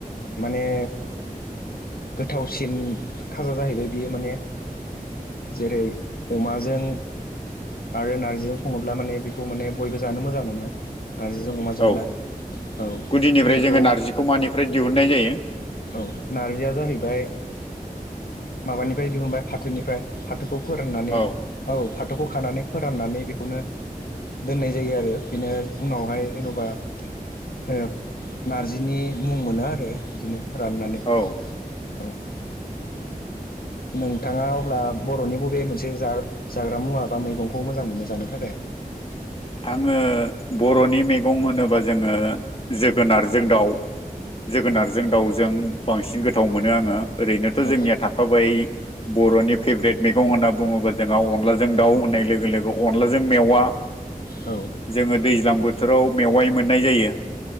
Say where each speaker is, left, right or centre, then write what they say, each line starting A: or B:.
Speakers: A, on the left; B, on the left.
A: माने गोथावसिन खाजा जाहैबाय बियो माने जेरै अमाजों आरो नार्जिजों सङोब्ला माने बेखौ माने बयबो जानो मोजां मोनो नारजिजों अमाजोंब्ला
B: औ
A: औ
B: गुदिनिफ्राय
A: बेखौ
B: जोङो नारजिखौ मानिफ्राय दिहुननाय जायो।
A: औ नारजिया जाहैबाय माबानिफ्राय दिहुनबाय फाथोनिफ्राय फाथोखौ फोराननानै
B: औ
A: औ फाथौखौ खानानै फोराननानै बेखौनो दोननाय जायो आरो बेनो उनावहाय जेन'बा ओ नारजिनि मुं मोनो आरो बिदिनो राननानै
B: औ
A: औ। नोंथाङा अब्ला बर'नि बबे मोनसे जा जाग्रा मुवा बा मैगंखौ मोजां मोनो जानो थाखाय
B: <inaudible> आङो बर'नि मैगं होनोबा जोङो जोगोनारजों दाउ जोगोनारजों
A: औ
B: दाउजों बांसिन गोथाव मोनो आङो ओरैनोथ'
A: औ
B: जोंनिया थाखाबाय बर'नि फेभरेट मैगं होनना बुङोब्ला जोंहा अनलाजों दाउ होननाय लोगो लोगो अनलाजों मेवा
A: औ
B: जोङो दैज्लां बोथोराव मेवाइ मोननाय जायो।